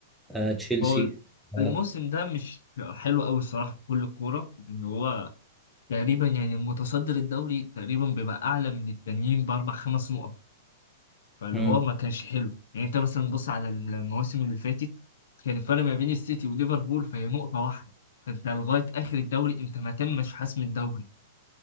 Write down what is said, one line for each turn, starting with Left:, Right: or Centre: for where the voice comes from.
Centre: آه، تشيلسي
Left: هو
Centre: اه
Left: الموسم ده مش حلو قوي الصراحه في كل الكوره ان هو تقريبا يعني المتصدر الدوري تقريبا بيبقى اعلى من التانيين باربع خمس نقط فاللي
Centre: مم،
Left: هو ما كانش حلو يعني انت مثلا بص على المواسم اللي فاتت كان الفرق ما بين السيتي وليفربول فهي نقطة واحدة فانت لغاية آخر الدوري انت ما تمش حسم الدوري